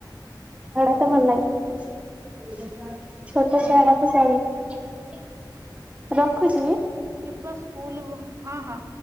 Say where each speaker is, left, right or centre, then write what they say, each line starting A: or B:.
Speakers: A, on the right (about 15°); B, on the right (about 35°).
A: ମ ଲାଗିଲେ ଛୋଟ
B: ହୁଁ
A: ଶଆଡ ତ ଶା <unintelligible> ରଖୁଛି କି <unintelligible>
B: ଏପ ସ୍କୁୁଲ ହଁ ହଁ